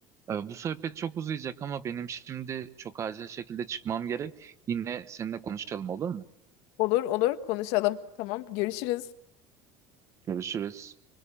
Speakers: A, on the right (about 30°); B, on the left (about 70°).
A: E, bu sohbet çok uzayacak ama benim şimdi çok acil şekilde çıkmam gerek. Yine seninle konuşalım olur mu?
B: Olur olur konuşalım. Tamam görüşürüz.
A: Görüşürüz.